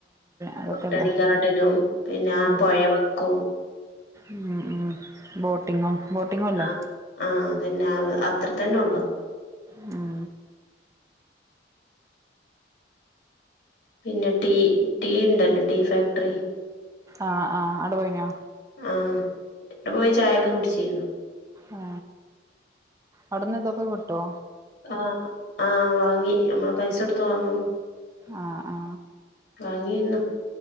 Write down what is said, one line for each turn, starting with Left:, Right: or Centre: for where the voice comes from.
Right: അതൊക്കെല്ലേ
Left: മുട്ടണിഗാർഡനും പിന്നെ
Right: ഉം
Left: പൊയവക്കും
Right: ഉം ബോട്ടിങ്ങും ബോട്ടിങ്ങും ഇല്ലേ
Left: ആ ആ അതന്നെ അവ് അ അത്ര തന്നെ ഉള്ളു
Right: ഉം
Left: പിന്നെ ടീ ടീ ഉണ്ടല്ലോ ടീ ഫാക്ട്രി
Right: ആ ആ അവടെ പോയിനാ
Left: ആഹ വിടെ പോയി ചായൊക്കെ കുടിച്ചിരുന്നു
Right: ആ അവിടന്ന് ഇതൊക്കെ കിട്ടോ
Left: ആ ആ വാങ്ങി നമ്മള പൈസടുത്തു വാങ്ങും
Right: ആ ആ
Left: വാങ്ങിയിരുന്നു